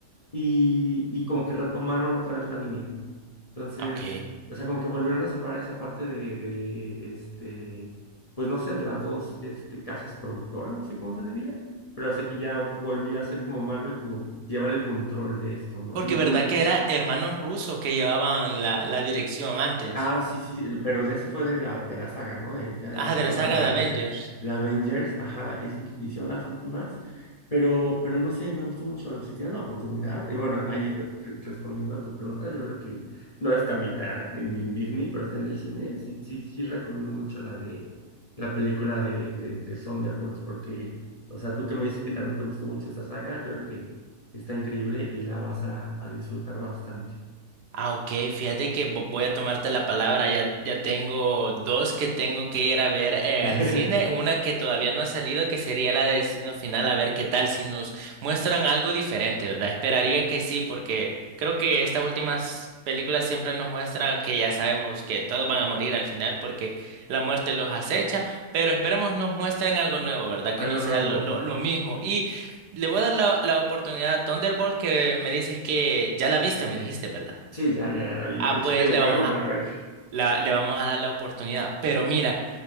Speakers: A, on the left; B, on the right.
A: y, y como que retomaron otra vez la línea. Entonces,
B: Ok.
A: o sea, como que volvieron a separar esa parte de, de, este, pues no sé, de las dos este, casas productoras, no sé cómo se le diga, pero hace que ya volvió a ser como Marvel, como llevar el control de esto, ¿no?
B: Porque
A: Y vol
B: verdad que era hermanos rusos que llevaban la, la dirección antes.
A: Ah, sí, sí, sí, pero de esa fue de la, de la saga, ¿no? De, ya de
B: Ajá,
A: las
B: de
A: últimas,
B: la saga
A: la
B: de
A: de,
B: Avengers.
A: de Avengers, ajá, esas hicieron las últimas, pero, pero no sé, me gustó mucho, si tienen la oportunidad, y bueno, ahí re- respondiendo a tu pregunta, yo creo que no está ahorita ni, ni en Disney, pero está en el cine, sí, sí, sí recomiendo mucho la de, la película de, de, de Thunderbolts, porque, o sea, tú que me dices que también te gustó mucho esta saga, yo creo que está increíble y la vas a, a disfrutar bastante.
B: Ah, ok, fíjate que vo- voy a tomarte la palabra. Ya, ya tengo dos que tengo que ir a ver eh,
A: <laughs>
B: al cine. Una que todavía no ha salido, que sería la de Destino Final, a ver qué tal, si nos muestran algo diferente, ¿verdad? Esperaría que sí, porque creo que estas últimas películas siempre nos muestran que ya sabemos que todos van a morir al final porque la muerte los acecha, pero esperemos nos muestren algo nuevo, ¿verdad?
A: Algo
B: Que no sea
A: nuevo.
B: lo, lo, lo mismo. Y le voy a dar la, la oportunidad a Thunderbolt, que me dices que ya la viste, me dijiste, ¿verdad?
A: Sí, ya, ya, ya la vi.
B: Ah,
A: de hecho,
B: pues
A: te digo,
B: le
A: voy
B: vamos
A: a volver
B: a,
A: a ver.
B: la- le vamos a dar la oportunidad. Pero mira,